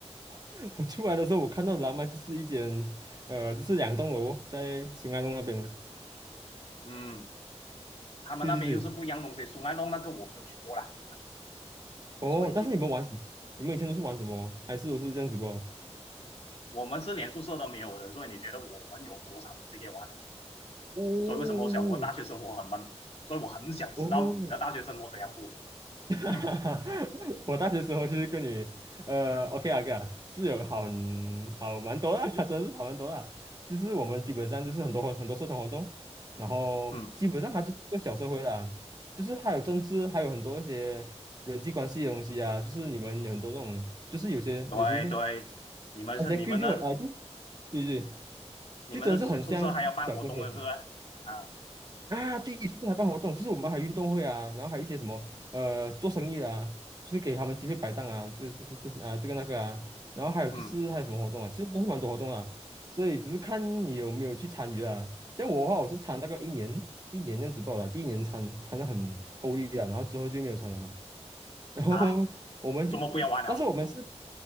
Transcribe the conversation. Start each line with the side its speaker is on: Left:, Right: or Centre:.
Right: <laughs> 我出来的时候，我看到的拉曼就是一间呃，就是两栋楼哦在 s u n 洞那边的。
Left: 嗯，他们那边又是不一样的东西，
Right: 对对对，
Left: 松安洞那个我没有去过啦，先说一句，
Right: 哦，但是你们玩什么？你们以前都是玩什么？还是都是这样子不？
Left: 我们是连宿舍都没有的，所以你觉得我们有多少东西可以玩呢？
Right: 哦，
Left: 所以为什么我想我的大学生活很闷？所以我很想知道你的大学生活怎样过。
Right: 哦，<laughs> 哈哈哈
Left: <laughs>
Right: 我大学时候就是跟你，呃，OK 啊，OK 啊是有好好蛮多的，<laughs> 真的是好蛮多的。就是我们基本上就是很多很多社团活动，然后基本上它就是一个小社会啦，
Left: 嗯，
Right: 就是还有政治，还有很多一些人际关系的东西啊。就是你们有很多那种，就是有些有时是
Left: 对对，你们是你们的
Right: 而且就啊就对对，
Left: 你们的宿宿舍还要办活动了是不是？
Right: 就真的是很像讲社会。
Left: 啊，
Right: 啊，第一次还办活动就是我们还运动会啊，然后还有一些什么呃做生意的啊，就是给他们机会摆档啊，这这是这是啊这个那个啊，然后还有就是还有什么活动啊，
Left: 嗯
Right: 其实都是蛮多活动啊，所以只是看你有没有去参与啊。像我的话，我是参大概一年一年这样子报的啊，第一年参参的很够力啊，然后之后就没有参了啊，<laughs> 然后
Left: 啊，
Right: 我们就，
Left: 周末不要玩了
Right: 但是我们是。